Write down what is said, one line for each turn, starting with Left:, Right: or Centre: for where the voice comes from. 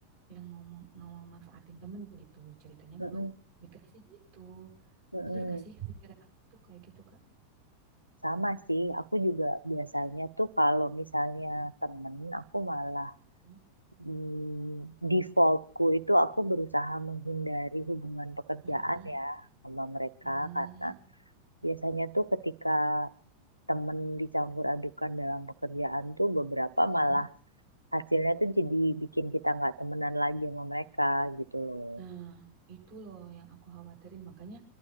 Right: yang mau mau manfaatin temen gitu ceritanya
Left: mm,
Right: dulu
Left: mm, mm,
Right: mikirnya sih gitu
Left: mm, mm.
Right: bener gak sih pikiran aku tuh kayak gitu kak
Left: Sama sih, aku juga biasanya tuh kalau misalnya
Right: Mm-mm,
Left: temen, aku malah
Right: mm-mm,
Left: mm, defaultku itu aku berusaha menghindari hubungan pekerjaan
Right: mm-mm,
Left: ya sama mereka
Right: mm,
Left: karena biasanya tuh ketika temen dicampur adukan dalam pekerjaan tuh beberapa
Right: mm-mm.
Left: malah hasilnya tuh jadi bikin kita nggak temenan lagi sama mereka gitu loh.
Right: Nah itu loh yang aku khawatirin makanya